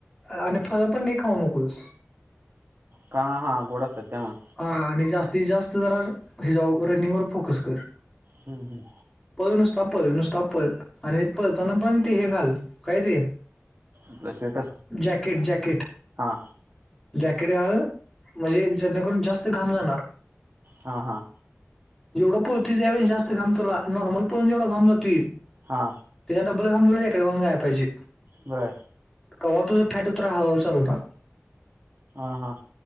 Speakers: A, in the centre; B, on the right.
A: आणि फळ पण लय खाऊ नकोस
B: का हा गोड असतात त्या मग
A: हा आणि जास्तीत जास्त जरा हे जाऊ रनिंग वर फोकस कर
B: हम् हम्
A: पळ नुसता पळं नुसता पळ आणि पळताना पण ते हे घाल काय ते
B: आपलं स्वेटर
A: जॅकेट जॅकेट
B: हा
A: जॅकेट घाल म्हणजे जतनाकरून जास्त घाम जाणार
B: हा हा
A: जेवढं पळतूयस यावेळी जास्त घाम तुला नॉर्मल पळून जेवढं घाम जातुय
B: हा
A: त्याच्या डबल घाम जॅकेटघालून जायलाहिजे
B: बरं
A: कव्हा तुझं फॅट उतरा हळु हळु चालू होणार.
B: हा हा